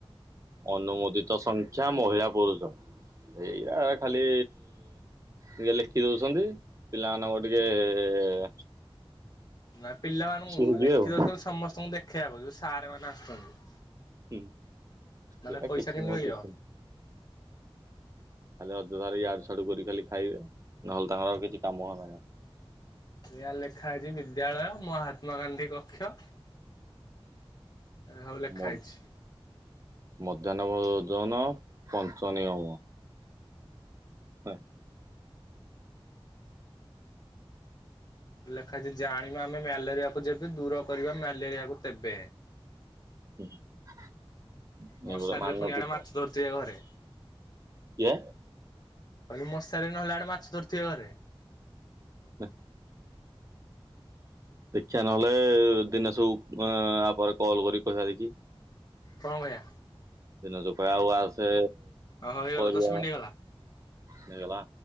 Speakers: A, on the right (about 35°); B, on the left (about 45°).
A: ଅନୁମୋଦିତ ସଂଖ୍ୟା ମହିଳା ପୁରୁଷ ଏରା ଖାଲି ଟିକେ ଲେଖି ଦଉଛନ୍ତି। ପିଲାମାନଙ୍କୁ ଟିକେ ଏ- ଏ -ଏ- ଏ
B: ନା ପିଲାମାନଙ୍କୁ
A: ହେଇଯିବେ
B: ଲେଖି
A: ଆଉ।
B: ଦଉଛନ୍ତି ସମସ୍ତଙ୍କୁ ଦେଖେଇଆକୁ ଯୋଉ ସାର୍ ମାନେ ଆସୁଚନ୍ତି।
A: ହୁଁ।
B: ନହେଲେ
A: ଏଇଟା
B: ପଇସା
A: କିଛି
B: କିନ୍ତି
A: ନୁହଁ
B: ମିଳିବ?
A: କିଛି ନୁହଁ ଖାଲି ଅଜଥାରେ ୟାଆଡୁ ସିଆଡୁ କରି ଖାଲି ଖାଇବେ ନହେଲେ ତାଙ୍କର ଆଉ କିଛି କାମ ଧନ୍ଦା ନାହିଁ।
B: ଏୟା ଲେଖା ହେଇଚି ବିଦ୍ୟାଳୟ ମହାତ୍ମା ଗାନ୍ଧୀ କକ୍ଷ। ହଉ ଲେଖା
A: ମ
B: ହେଇଛି।
A: ମଧ୍ୟାହ୍ନ ଓଜନ ପଞ୍ଚନିୟମ। ହଁ।
B: ଲେଖାଇଚି ଜାଣିବା ଆମେ ମ୍ୟାଲେରିଆକୁ ଯେବେ ଦୂର କରିବା ମ୍ୟାଲେରିଆକୁ ତେବେ।
A: <unintelligible> ଏଇଭଳିଆ
B: ମଶାରୀରେ
A: ମାନଚିତ୍ର
B: ପୁଣି ଆଣେ ମାଛ ଧରୁଥିବେ ଘରେ।
A: କିଏ?
B: କହିଲୁ ମଶାରି ନହେଲେ ଆଡେ ମାଛ ଧରୁଥିବେ ଘରେ।
A: ନେ।
B: <inaudible>
A: ଦେଖିବା ନହେଲେ ଦିନେ ସବୁ ଆଁ ୟାପରେ କଲ୍ କରି କହିବା ଦେଖି।
B: କଣ କରିଆ?
A: ଦିନେଶ କୁ କଇଆ ଆଉ ଆସେ
B: ଓହୋ ହେଇଗଲା
A: କରିଆ
B: ଦଶ ମିନିଟ୍
A: ନେଇଗଲା।
B: ହେଇଗଲା।